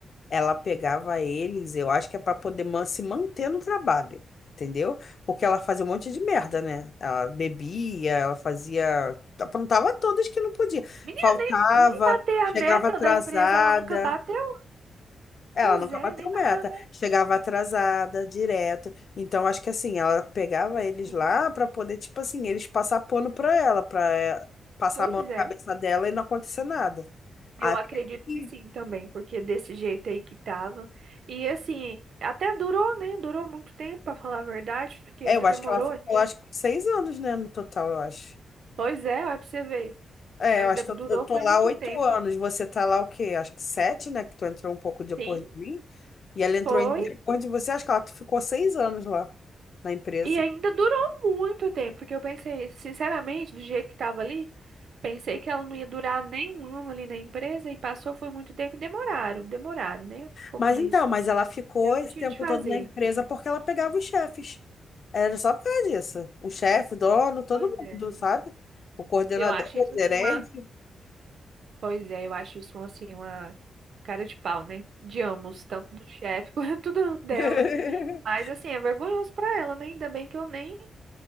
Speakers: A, on the left; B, on the right.
A: ela pegava eles, eu acho que é para poder man- se manter no trabalho, entendeu? Porque ela fazia um monte de merda, né? Ela bebia, ela fazia, aprontava todas que não podia.
B: Menina,
A: Faltava,
B: nem bater
A: chegava
B: a meta
A: atrasada.
B: da empresa, ela nunca bateu.
A: Ela
B: Pois
A: nunca
B: é,
A: bateu
B: nem bateu
A: meta,
B: a
A: chegava atrasada, direto. Então, acho que assim, ela pegava eles
B: metinha.
A: lá para poder, tipo assim, eles passar pano para ela, para passar
B: Pois
A: a mão na
B: é,
A: cabeça dela e não acontecer nada. Até
B: eu acredito
A: que
B: que sim também, porque desse jeito aí que tava. E assim, até durou, né? Durou muito tempo, pra falar a verdade, porque ainda
A: É, eu acho
B: demorou
A: que ela ficou
B: ainda.
A: lá, acho que uns seis anos, né, no total, eu acho.
B: Pois é, olha pra você ver.
A: É,
B: Ainda
A: eu acho
B: durou,
A: que eu, eu tô
B: foi
A: lá
B: muito
A: oito
B: tempo.
A: anos, você tá lá o quê? Acho que sete, né, que tu entrou um pouco depois
B: Sim,
A: de mim, e ela entrou
B: foi.
A: em- depois de você, acho que ela ficou seis anos lá na empresa.
B: E ainda durou muito tempo, porque eu pensei, sinceramente, do jeito que tava ali, pensei que ela não ia durar nem um ano ali na empresa, e passou, foi muito tempo e demoraram, demoraram, né? Como
A: Mas
B: diz.
A: então, mas ela ficou
B: Fizeram
A: esse
B: o que tinha
A: tempo
B: de fazer.
A: todo na empresa porque ela pegava os chefes. Era só por causa disso. O chefe, dono, todo
B: Pois
A: mundo,
B: é.
A: sabe? O coordenador,
B: Eu acho
A: o
B: isso assim
A: gerente.
B: uma. Pois é, eu acho isso assim uma cara de pau, né? De ambos, tanto do chefe <laughs> quanto do- dela.
A: <laughs>
B: Mas assim, é vergonhoso pra ela, né? Ainda bem que eu nem,